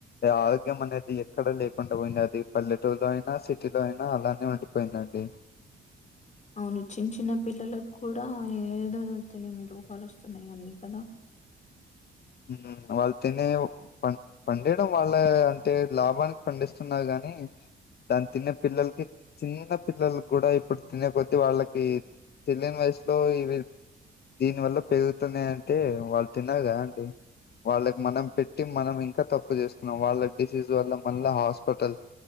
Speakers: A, on the left; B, on the left.
A: ఆరోగ్యం అనేది ఎక్కడ లేకుండా పోయింది అది పల్లెటూరులో అయి ఆ సిటీలో అయినా అలానే ఉండిపోయిందండి
B: అవును చిన్ చిన్న పిల్లలకు కూడా ఏదో తెలియని రోగాలు వస్తున్నాయిన్నీ కదా
A: మ్ వాళ్ళు తినే పండ్ పండిడం వాళ్ళ అంటే లాభానికి పండిస్తున్నారు గానీ మ్ దాని తిినే పిల్లలకి చిన్న పిల్లలు కూడా ఇప్పుడు తినే కొద్దీ వాళ్ళకి తెలియని వయసులో ఇవి దీని వల్ల పెరుగుతున్నాయి అంటే వాళ్ళు తిన్నారుగా అండి వాళ్ళకి మనం పెట్టి మనం ఇంకా తప్పు చేస్తున్నాం వాళ్ళ డిసీజ్ వల్ల మళ్ళా హాస్పిటల్